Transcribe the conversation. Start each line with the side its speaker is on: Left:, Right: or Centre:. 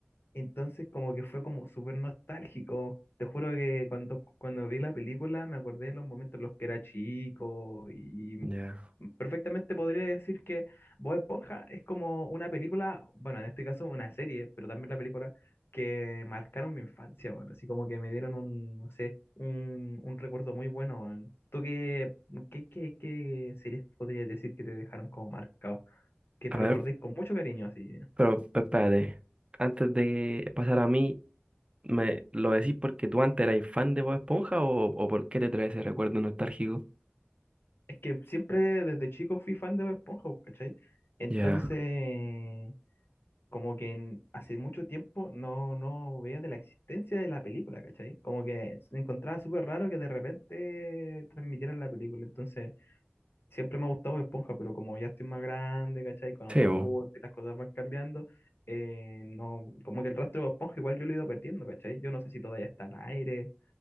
Left: Entonces como que fue como súper nostálgico. Te juro que cuando, cuando vi la película me acordé de los momentos en los que era chico y
Right: Ya.
Left: mm, perfectamente podría decir que Bob Esponja es como una película, bueno, en este caso una serie, pero también la película que marcaron mi infancia, bueno, así como que me dieron un, no sé, un, un recuerdo muy bueno. weón. ¿Tú qué, qué, qué, qué series podrías decir que te dejaron como marcado? Que te
Right: A ver,
Left: recordé con mucho cariño así.
Right: pero pe- espérate. Antes de pasar a mí, ¿me lo decís porque tú antes erais fan de Bob Esponja o, o por qué te traes ese recuerdo nostálgico?
Left: Es que siempre desde chico fui fan de Bob Esponja, pues, ¿cachai? Entonces,
Right: Ya.
Left: como que en- hace mucho tiempo no, no veía de la existencia de la película, ¿cachai? Como que me encontraba súper raro que de repente transmitieran la película. Entonces, siempre me ha gustado Bob Esponja, pero como ya estoy más grande, ¿cachai? Con otros
Right: Sí, vos.
Left: gustos y las cosas van cambiando, eh, no, como que el rastro de Bob Esponja igual yo lo he ido perdiendo, ¿cachai? Yo no sé si todavía está al aire,